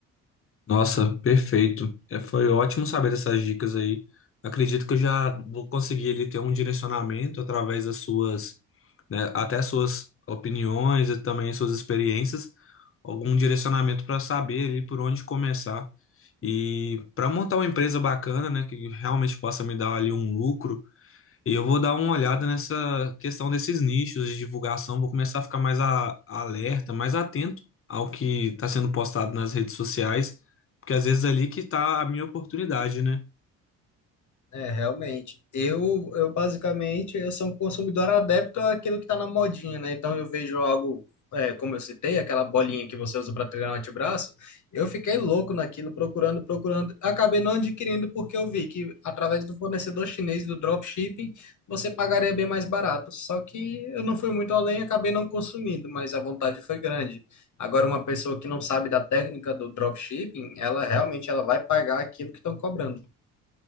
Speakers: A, on the left; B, on the left.
A: Nossa, perfeito. É, foi ótimo saber dessas dicas aí. Acredito que eu já vou conseguir ali ter um direcionamento através das suas, né, até suas opiniões e também suas experiências, algum direcionamento para saber ali por onde começar. E para montar uma empresa bacana, né, que realmente possa me dar ali um lucro. E eu vou dar uma olhada nessa questão desses nichos de divulgação, vou começar a ficar mais a- alerta, mais atento ao que está sendo postado nas redes sociais, porque às vezes é ali que está a minha oportunidade, né?
B: É, realmente. Eu, eu basicamente, eu sou um consumidor adepto àquilo que está na modinha, né? Então eu vejo algo, é, como eu citei, aquela bolinha que você usa para treinar o antebraço, eu fiquei louco naquilo, procurando, procurando. Acabei não adquirindo porque eu vi que através do fornecedor chinês do dropshipping, você pagaria bem mais barato. Só que eu não fui muito além, acabei não consumindo, mas a vontade foi grande. Agora, uma pessoa que não sabe da técnica do dropshipping, ela realmente ela vai pagar aquilo que estão cobrando.